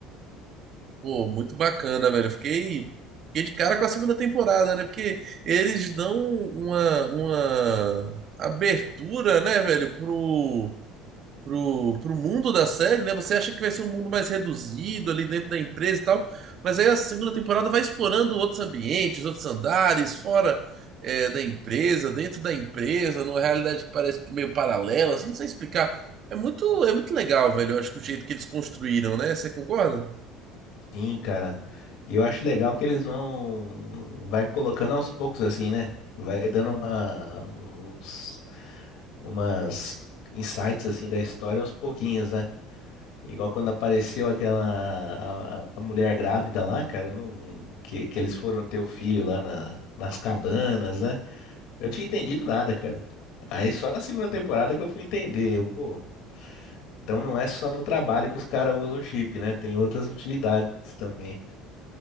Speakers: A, on the right (about 35°); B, on the left (about 65°).
A: Pô, muito bacana, velho. Eu Fiquei, fiquei de cara com a segunda temporada, né? Porque eles dão uma, uma abertura, né, velho, pro, pro, pro mundo da série, né? Você acha que vai ser um mundo mais reduzido ali dentro da empresa e tal, mas aí a segunda temporada vai explorando outros ambientes, outros andares, fora é, da empresa, dentro da empresa, numa realidade que parece meio paralela, assim, não sei explicar. É muito, é muito legal, velho. Eu acho que o jeito que eles construíram, né? Você concorda?
B: Sim, cara. E eu acho legal que eles vão... Vai colocando aos poucos, assim, né? Vai dando uma... Uns, umas insights, assim, da história aos pouquinhos, né? Igual quando apareceu aquela... A, a mulher grávida lá, cara. não- que, que eles foram ter o filho lá na, nas cabanas, né? Eu não tinha entendido nada, cara. Aí só na segunda temporada que eu fui entender. Eu, pô, então não é só no trabalho que os caras usam o chip, né? Tem outras utilidades também.